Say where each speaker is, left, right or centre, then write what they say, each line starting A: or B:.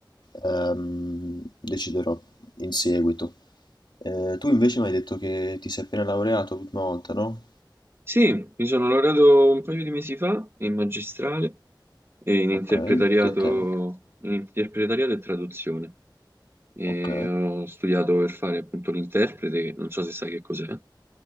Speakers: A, on the left; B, on the right.
A: ehm, deciderò in seguito. Eh, tu invece mi hai detto che ti sei appena laureato l'ultima volta, no?
B: Sì, mi sono laureato un paio di mesi fa in magistrale. e in interpretariato,
A: Ok, che tema?
B: in interpretariato e traduzione. E
A: Ok,
B: ho studiato per fare appunto l'interprete, che non so se sai che cos'è.